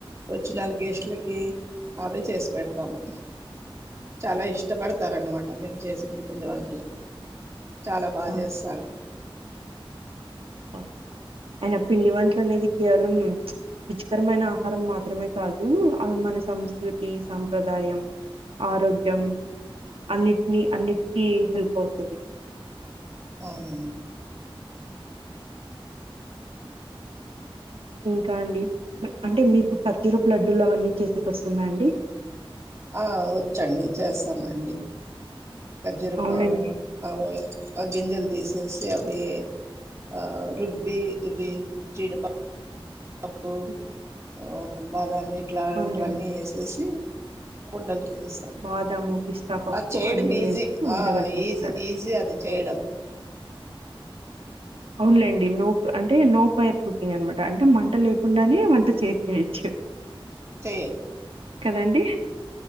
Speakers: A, on the right; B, on the right.
A: వచ్చిన గేస్టులకి అవే చేసి పెడతాము చాలా ఇష్టపడతారున్నమాట మేము చేసే పిండి వంటలు చాలా బాజెస్
B: ఆ ఓకే అయన పిండి వంటలు అనేది కేవలం రుచికరమైన ఆహారం మాత్రమే కాదు అవి మన సంస్కృతి సాంప్రదాయం ఆరోగ్యం అన్నిటీని అన్నిటికీ హెల్ప్ అవుతుంది
A: అవునండి
B: ఇంకా అండి అంటే మీకు ఖర్జూరపు లడ్డూలు అవన్నీ చేసికి వస్తుందా అండి
A: ఆ వచ్చండి చేస్తామండి ఖర్జూరపు
B: అవునండి
A: అమ అ జింజలు తీసేసి అవి ఆ రుబ్బి ఇవి జీడిప అప్పు
B: ఇంకా
A: ఆ బాగానే ఇట్లాంటవన్నీ
B: అవునులేండి
A: ఎసేసి ఉండల్ ఈ సమ్
B: బాదాము పిస్తా పప్పు
A: అది చేయడం
B: అన్ని
A: ఈజి
B: వేసి వంటగట్టేస్తారు
A: ఆ ఈజి ఈజి అది చేయడం
B: అవున్లేండి నోక్ అంటే నో ఫైర్ కుకింగ్ అనమాట అంటే మంట లేకుండానే వంట చేసేయచ్చు
A: చేయ
B: కదండి